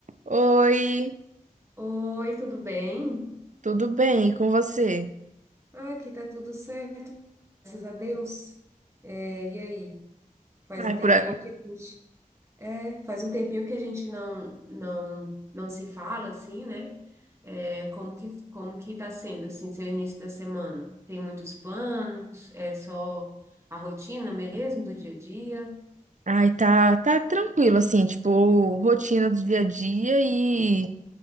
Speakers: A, on the right; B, on the right.
A: Oi,
B: Oi, tudo bem?
A: tudo bem? E com você?
B: Ah, Aqui tá tudo certo, graças a Deus. É, e aí? Faz
A: Ai,
B: um tempinho
A: por a-
B: que a gente, é, faz um tempinho que a gente não, não, não se fala assim, né? É, como que, como que tá sendo assim, seu início da semana? Tem muitos planos? É só a rotina mesmo do dia a dia?
A: Ai, tá, tá tranquilo, assim, tipo, rotina do dia a dia e